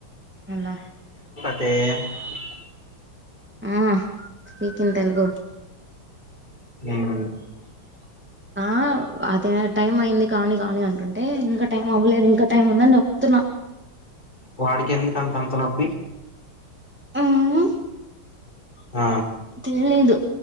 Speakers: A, in the centre; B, on the left.
A: అలా
B: ఏ
A: um speak in Telugu
B: um
A: ఆ అదే టైం అయింది కానీ కానీ అంటుంటే ఇంకా టైం అవ్వలేదు ఇంకా టైం ఉందని చెప్తున్నా
B: వాడికి ఎందుకు అంతంత నొప్పి
A: మ్మ్
B: ఆ
A: తెలీదు